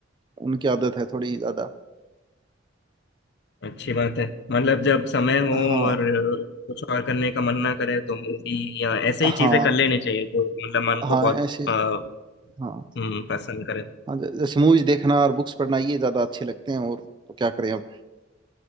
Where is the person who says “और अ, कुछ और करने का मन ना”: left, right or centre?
Left